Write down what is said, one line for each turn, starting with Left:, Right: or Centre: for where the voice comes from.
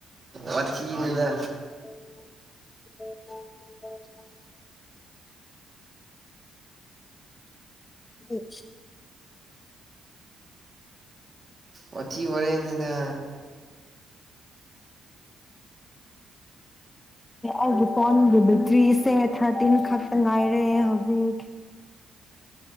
Right: ꯋꯥꯊꯤꯅꯤꯗ
Left: ꯎ ꯎ
Right: ꯋꯥꯊꯤ ꯋꯥꯔꯦꯝꯅꯦꯗ
Left: ꯑꯩꯒꯤ ꯐꯣꯟꯒꯤ ꯕꯦꯇ꯭ꯔꯤꯁꯦ ꯊꯥꯔꯇꯤꯟ ꯈꯛꯇ ꯉꯥꯏꯔꯦ ꯍꯧꯖꯤꯛ